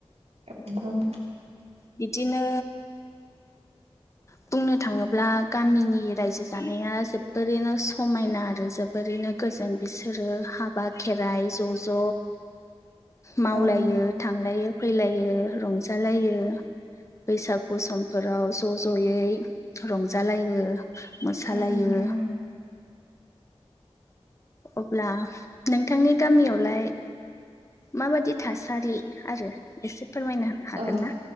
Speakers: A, on the right; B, on the left.
A: नोंथां
B: बिदिनो बुंनो थाङोब्ला गामिनि रायजो जानाया जोबोरैनो समायना आरो जोबोरैनो गोजोन बिसोरो हाबा खेराइ ज'-ज' मावलायो
A: औ औ
B: थांलायो फैलायो रंजालायो बैसागु सम फोराव ज' ज'यै रंजालायो। मोसालायो।
A: नोंथां
B: अब्ला नोंथांनि गामियावलाय माबादि थासारि आरो एसे फोरमायनो हागोन
A: औ
B: ना